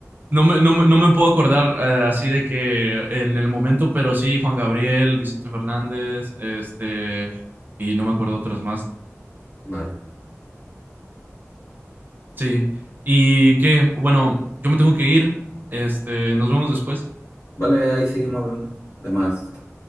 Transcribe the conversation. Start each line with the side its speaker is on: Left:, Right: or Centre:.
Right: no me, no me, no me puedo acordar eh, así de que en el momento, pero sí, Juan Gabriel, Vicente Fernández, este, y no me acuerdo otros más.
Left: Vale.
Right: Sí. Y que, bueno, yo me tengo que ir. Este, nos vemos después.
Left: Vale, ahí seguimos hablando de más. artistas.